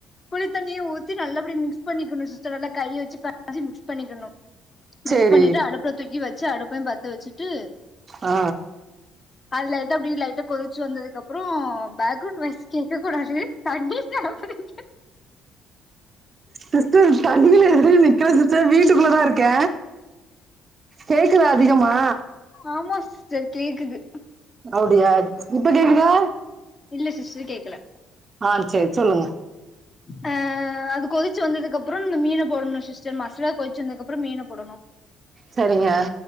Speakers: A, on the left; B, on the right.
A: புளித்தண்ணிய ஊத்தி நல்லபடிய மிக்ஸ் பண்ணிக்கணு சிஸ்டர் நல்லா கைய வச்சி <inaudible> மிக்ஸ் பண்ணிக்கணு மிக்ஸ்
B: சேரி
A: பண்ணிட்டு அடுப்புல தூக்கி வச்சு அடுப்பையு பத்த வச்சிட்டு
B: ஆ
A: லைட்டா அப்டி லைட்டா கொதிச்சு வந்ததுக்கப் புறோ பேக்ரவுண்ட் வாய்ஸ் கேட்க கூடாது கண்டிஷன் <unintelligible>
B: சிஸ்டர் தண்ணியில எது நிக்கல சிஸ்டர் வீட்டுக்குள்ளதா இருக்க கேக்குதா அதிகமா
A: ஆமா சிஸ்டர் கேக்குது.
B: அப்டியா இப்ப கேக்குதா
A: இல்ல சிஸ்டர் கேக்கல
B: ஆ செர் சொல்லுங்க
A: ஆ அது கொதிச்சி வந்ததுக்கப்பறோ இந்த மீன போடணு சிஸ்டர் மசாலா கொதிச்சி வந்ததுக்கப்பறோ மீன போடணு
B: சரிங்க